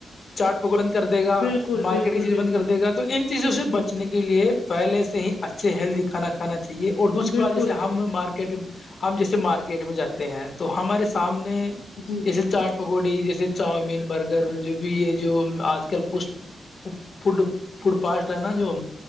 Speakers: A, on the left; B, on the left.
A: چاٹ پکوڑ بند کر دے گا
B: بالکل
A: مارکیٹ
B: بالکل
A: کی چیزیں
B: بالکل
A: بند کر دے گا تو ان چیزوں سے
B: جی
A: بچنے کے لیے پہلے سے ہی اچھے ہیلدی کھانا کھانا چاہی اور دوسری
B: بالکل
A: بات جیسے ہم مارکیٹ ہم جیسے مارکیٹ میں جاتے ہیں تو ہمارے سامنے
B: جی
A: جیسے چاٹ پکوڑی جیسے چاؤمین برگر جو بھی یہ جو آج کل پش وہ فڈ فوڈ پاسٹ ہے نا جو